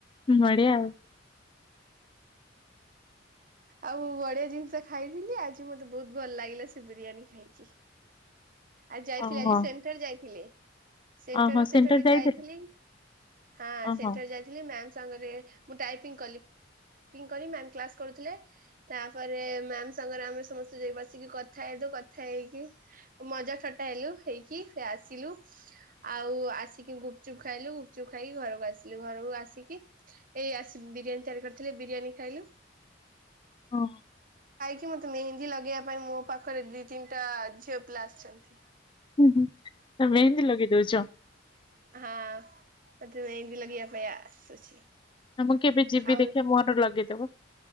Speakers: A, on the left; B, on the right.
A: ବଢିଆ ଆଉ।
B: ଆଉ ବଢିଆ ଜିନିଷ ଖାଇଥିଲି ଆଜି ମତେ ବହୁତ ଭଲ ଲାଗିଲା ସେ ବିରିୟାନୀ ଖାଇକି। ଆଜି ଯାଇଥିଲି
A: ଓହୋ
B: ଆଜି ସେଣ୍ଟର ଯାଇଥିଲି। ସେଣ୍ଟର
A: ଓହୋ
B: ସେଠାରେ
A: ଯାଇଥିଲ
B: ଯାଇଥିଲି ହାଁ
A: ଓହୋ।
B: ସେଣ୍ଟର ଯାଇଥିଲି ମ୍ୟାମ। ସାଙ୍ଗରେ ମୁଁ ଟାଇପିଙ୍ଗ କଲି ମ୍ୟାମ କ୍ଲାସ କରୁଥିଲେ। ତାପରେ ମ୍ୟାମ। ସାଙ୍ଗରେ ଆମେ ସମସ୍ତେ ଯାଇ ବସିକି କଥା ହେଇଦୁ କଥା ହେଇକି। ମଜା ଥଟା ହେଲୁ ହେଇକି ସେ ଆସିଲୁ ଆଉ ଆସିକି ଗୁପଚୁପ ଖାଇଲୁ ଗୁପଚୁପ ଖାଇକି ଘରକୁ ଆସିଲୁ ଘରକୁ ଆସିକି ଏଇ ଆସି ବିରିୟାନୀ ତିଆରି କରିଥିଲେ ବିରିୟାନୀ ଖାଇଲୁ।
A: ହଁ।
B: କି ମୋତେ ମେହେନ୍ଦୀ ଲଗେଇବା ପାଇଁ ମୋ ପାଖରେ ଦିଇ ତିନିଟା ଝିଅ। ପିଲା ଆସିଛନ୍ତି।
A: ହୁଁ ହୁଁ। ତ ମେହେନ୍ଦୀ ଲଗେଇ ଦଉଛ।
B: ହଁ ମତେ ମେହେନ୍ଦି ଲଗେଇବା ପାଇଁ ଆସୁଛି।
A: ମୁଁ କେବେ ଯିବି
B: ଆଉ
A: ଦେଖିବା ମୋର ଲଗେଇ ଦବ।